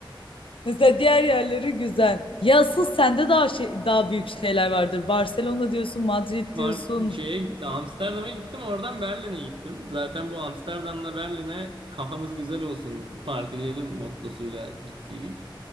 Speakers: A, on the left; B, on the right.
A: mesela diğer yerleri güzel. Ya asıl sende daha şey, daha büyük şeyler vardır. Barcelona diyorsun, Madrid
B: Var
A: diyorsun.
B: şeye gitti Amsterdam'a gittim oradan Berlin'e gittim. Zaten bu Amsterdam'la Berlin'e kafamız güzel olsun partileyelim mottosuyla gittiydik.